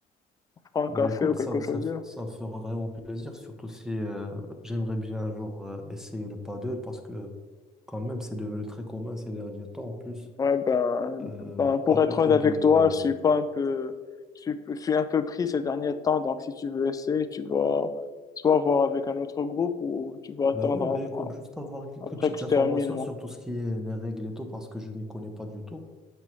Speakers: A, on the left (about 20°); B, in the centre.
A: prends un
B: Bah
A: café
B: écoute,
A: ou quelque
B: ça,
A: chose.
B: ça,
A: du genre.
B: ça me fera vraiment plaisir, surtout si euh, j'aimerais bien un jour euh, essayer le paddle parce que quand même, c'est devenu très commun ces derniers temps. En plus,
A: Ouais, ben,
B: euh,
A: ben, pour
B: à côté
A: être honnête
B: de...
A: avec toi, je suis pas un peu, je suis, je suis un peu pris ces derniers temps. Donc, si tu veux essayer, tu vas soit voir avec un autre groupe ou tu vas
B: Bah
A: attendre
B: oui, bah écoute,
A: ap-
B: juste avoir quelques
A: après
B: petites
A: que je
B: informations
A: termine, moi.
B: sur tout ce qui est les règles et tout parce que je m'y connais pas du tout.